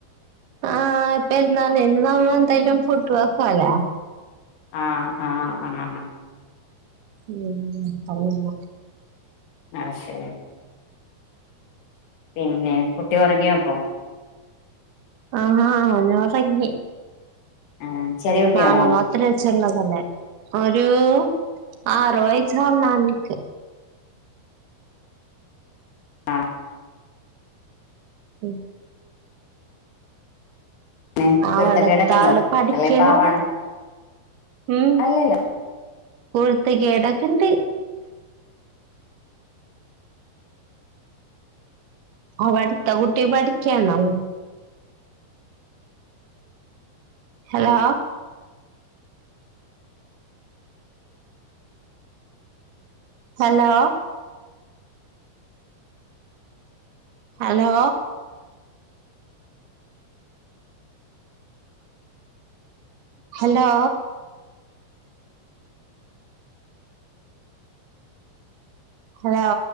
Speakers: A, on the right; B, on the left.
A: ആഹ് ഇപ്പരുന്നാൾന് ഇന്നാഉമ്പോ എന്തായലും ഫുഡ് വെക്കോലോ.
B: ആഹ് ആഹ് ആന്നാണ്
A: ഉം ഉം പറയുമ്പോ
B: ആ ശെരി പിന്നെ കുട്ടി ഒറ്ങ്ങിയോപ്പൊ?
A: ആഹ്ആഹ് ഓനൊറങ്ങി
B: ആഹ് ചെറിയ കുട്ടിയാണോ
A: നാളെ മദ് ദ്രച്ചുള്ളതല്ലെ. ഒരൂ ആറുവയസാവന്നോണിക്ക്
B: ആഹ്
A: ഉം
B: പിന്നെ
A: ആവടത്താല്
B: കുരുത്തക്കേടൊക്കെ ഉണ്ടോ
A: പഠിക്കണം.
B: അല്ലെ പാവാണോ
A: ഉം
B: അല്ലല്ല
A: കുരുത്തേക്കേടൊക്ക്ണ്ട്. അവട്ത്തെ കുട്ടി പഠിക്കാണോ? Hello hello hello hello hello